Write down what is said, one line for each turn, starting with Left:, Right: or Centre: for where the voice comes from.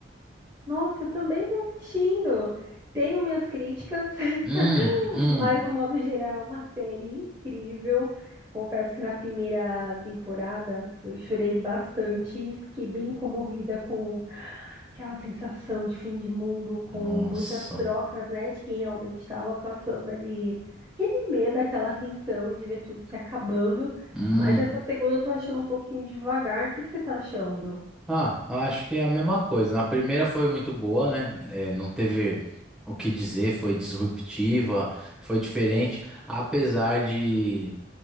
Right: Nossa, eu também tô assistindo. Tenho minhas críticas, <laughs>
Centre: Hum, hum.
Right: mas no modo geral é uma série incrível. Confesso que na primeira temporada eu chorei bastante, fiquei bem comovida com aquela sensação de fim de mundo, com
Centre: Nossa.
Right: muitas trocas, né, de quem realmente estava passando ali, aquele medo, aquela tensão de ver tudo se acabando.
Centre: Hum.
Right: Mas essa segunda eu tô achando um pouquinho devagar. O que que você tá achando?
Centre: Ah, acho que é a mesma coisa. Na primeira foi muito boa, né? É, não teve o que dizer, foi disruptiva, foi diferente. Apesar de,